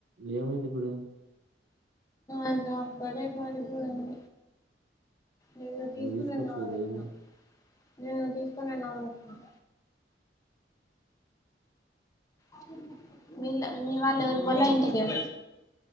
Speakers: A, on the right (about 80°); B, on the left (about 20°).
A: ఏమైంది ఇప్పుడు
B: అదా అక్కడే పడిపోయింది నిన్న తీసుకుని
A: నువ్వు తీసుకోవచ్చు
B: ఉన్నాం
A: కదా
B: అనుకున్నా
A: ఏమి
B: నిన్న తీసుకుని ఉన్నాం అనుకున్నా ఐస్ క్రీం బండోడ్ మీల్ల మీ వాళ్ళు ఎవరు బోలే ఇంటి ఎం